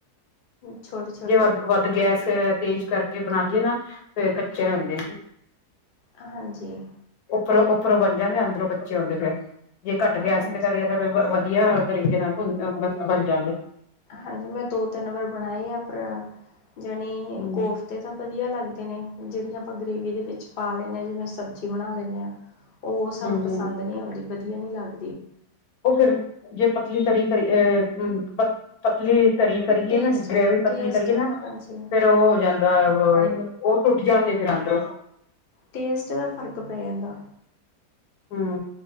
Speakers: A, on the left; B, on the left.
A: ਛੋਟੇ ਛੋਟੇ
B: ਜੇ ਵੱਧ ਵੱਧ ਗੈਸ ਤੇਜ ਕਰਕੇ ਕੇ ਬਣਾਈਏ ਨਾ ਫੇਰ ਕੱਚੇ ਰਹਿੰਦੇ
A: ਹਾਂਜੀ।
B: ਉਰੋਂ ਉਪਰੋਂ ਬਨ ਜਾਂਦੇ ਆ ਅੰਦਰੋਂ ਬੱਚੇ ਆਉਂਦੇ ਫਿਰ ਜੇ ਘੱਟ ਗੈਸ
A: ਹਾਂਜੀ
B: ਤੇ ਕਰੇ ਤਾਂ ਵਧ ਵਧੀਆ ਤਰੀਕੇ ਨਾਲ ਬਣ ਜਾਂਦੇ
A: ਹਾਂਜੀ। ਮੈਂ ਦੋ ਤਿੰਨ ਵਾਰ ਬਣਾਏ ਆ ਪਰ ਜਾਣੀ
B: ਹਮ
A: ਕੋਫਤੇ ਤਾਂ ਵਧੀਆ ਲੱਗਦੇ ਨੇ ਜਿਹੜੀਆਂ ਆਪਾਂ ਗਰੇੇਵੀ ਦੇ ਵਿੱਚ ਪਾ ਲੈ। ਜ ਮੈਂ ਸਬਜ਼ੀ। ਬਣਾ ਲੈਂਦੇ ਹਾਂ ਉਹ ਸਾਨੂੰ
B: ਹਾਂਜੀ
A: ਪਸੰਦ
B: ਹਾਂਜੀ,
A: ਨਹੀਂੀ ਆਉਂਦੀ ਵਧੀਆ ਨਹੀਂ ਲੱਗਦਾ।
B: ਉਹ ਫਿਰ ਜੇ ਪਤਲੀ ਤਰੀ ਅ ਪਤਲੀ ਤਰੀ ਕਰੀਏ
A: ਟੇਸਟ
B: ਨਾ ਗਰੇਵੀ
A: ਟੇਸਟ
B: ਪਤਲੀ ਕਰੀਏ ਨਾ ਫੇਰ
A: ਹਾਂਜੀ
B: ਉਹ ਹੋ ਜਾਂਦਾ। ਉਹ ਟੁੱਟ ਜਾਂਦੇ ਫਿਰ ਅੰਦਰ
A: ਟੇਸਟ ਦਾ ਫ਼ਰਕ ਪੈ ਜਾਂਦਾ।
B: ਹੂੰ,